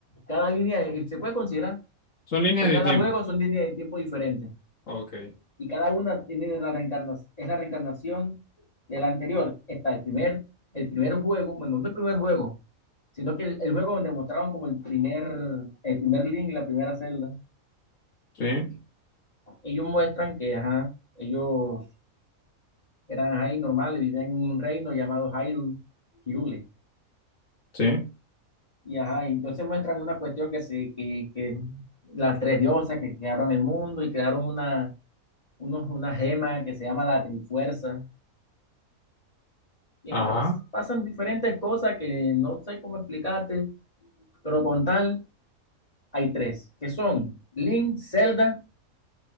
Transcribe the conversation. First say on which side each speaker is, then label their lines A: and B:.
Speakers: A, on the left; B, on the left.
A: cada línea, eh, se puede considerar
B: son líneas
A: que
B: de
A: cada
B: tiempo.
A: juego son líneas de tiempo diferentes.
B: Ok,
A: y cada una tiene la reencarnación, es la reencarnación del anterior. Está el primer, el primer juego, bueno, no el primer juego, sino que el, el juego donde mostraban como el primer, el primer link, la primera celda.
B: sí,
A: Ellos muestran que, ajá, ellos eran ahí normales, vivían en un reino llamado Hyrule, Hirule.
B: sí,
A: Y ajá, y entonces muestran una cuestión que se, que, que las tres diosas que crearon el mundo y crearon una, unos, una gema que se llama la Trifuerza Y
B: ajá,
A: entonces pasan diferentes cosas que no sé cómo explicarte, pero con tal hay tres, que son Link, Zelda